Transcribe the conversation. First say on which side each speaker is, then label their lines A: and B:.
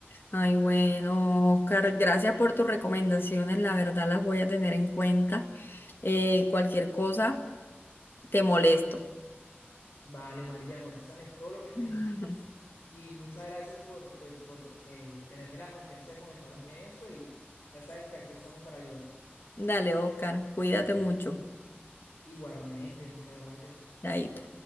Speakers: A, on the left; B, on the left.
A: Ay, bueno, Oscar, gracias por tus recomendaciones, la verdad las voy a tener en cuenta. Eh, cualquier cosa, te molesto.
B: Vale, María, moléstame todo lo que necesites
A: <laughs>
B: y muchas gracias por, pues, por eh, tenerme la confianza de comentarme eso y ya sabes que aquí estamos para ayudar.
A: Dale, Oscar, cuídate mucho.
B: Igualmente, muchas gracias.
A: Chaito.